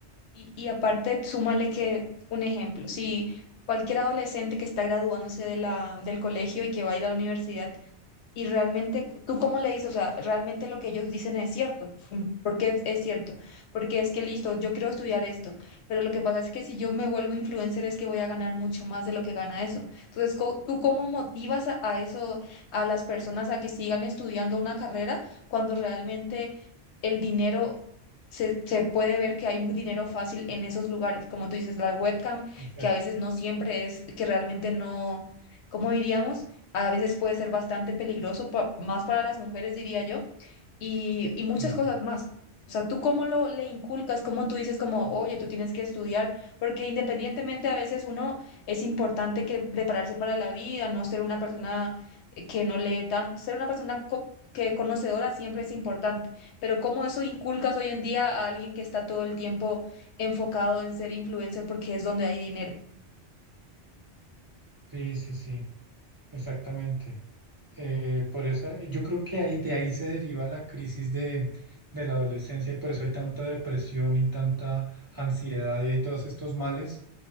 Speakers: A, on the left; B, on the right.
A: Y, y aparte, súmale que un ejemplo, si cualquier adolescente que está graduándose de la, del colegio y que va a ir a la universidad Y realmente, ¿tú cómo le dices? O sea, realmente lo que ellos dicen es cierto. ¿Por qué es, es cierto? Porque es que listo, yo quiero estudiar esto, pero lo que pasa es que si yo me vuelvo influencer es que voy a ganar mucho más de lo que gana eso. Entonces, co- ¿tú cómo motivas a, a eso, a las personas a que sigan estudiando una carrera cuando realmente el dinero... Se, se puede ver que hay un dinero fácil en esos lugares, como tú dices, la webcam,
B: Exacto,
A: que a veces no siempre es, que realmente no, ¿cómo diríamos? a veces puede ser bastante peligroso, pa- más para las mujeres, diría yo, y, y muchas
B: claro.
A: cosas más. O sea, tú cómo lo le inculcas, cómo tú dices como, oye, tú tienes que estudiar, porque independientemente a veces uno es importante que prepararse para la vida, no ser una persona eh, que no lee tanto, ser una persona co- que conocedora siempre es importante, pero cómo eso inculcas hoy en día a alguien que está todo el tiempo enfocado en ser influencer porque es donde hay dinero.
B: Sí, sí, sí, exactamente. Eh, por eso, eh, yo creo que ahí, de ahí se deriva la crisis de, de la adolescencia y por eso hay tanta depresión y tanta ansiedad y hay todos estos males.